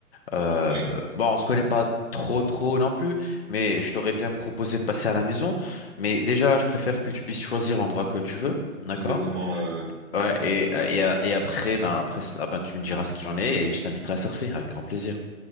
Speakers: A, on the left; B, on the right.
A: Euh,
B: ouais.
A: bon, on se connaît pas trop, trop non plus, mais je t'aurais bien proposé de passer à la maison. Mais déjà, je préfère que tu puisses choisir l'endroit que tu veux. D'accord?
B: Oui, exactement. euh,
A: Ouais, et, et, et après, ben, après cela, ben, tu me diras ce qu'il en est et je t'inviterai à surfer avec grand plaisir.